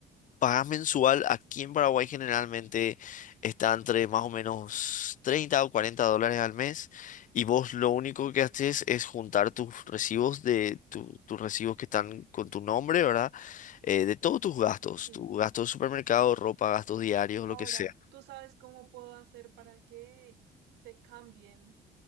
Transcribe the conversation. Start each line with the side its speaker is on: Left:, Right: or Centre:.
Left: pagás mensual aquí en Paraguay generalmente está entre más o menos 30 o 40 dólares al mes y vos lo único que haces es juntar tus recibos de tu- tus recibos que están con tu nombre, ¿verdad? Eh, de todos tus gastos,
Right: Sí.
Left: tu gasto de supermercado, ropa, gastos diarios,
Right: Ahora,
Left: lo que sea.
Right: ¿tú sabes cómo puedo hacer para que se cambien